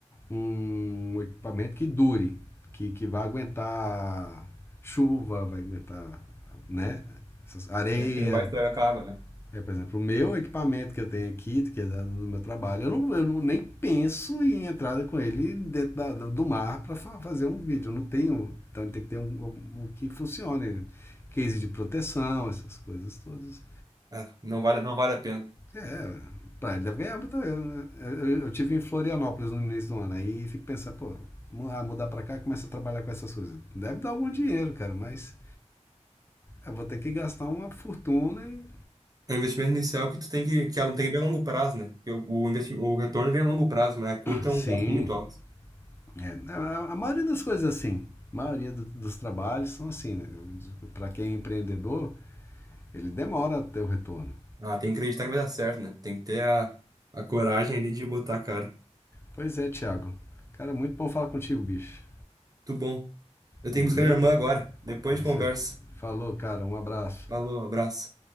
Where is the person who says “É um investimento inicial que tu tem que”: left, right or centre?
Right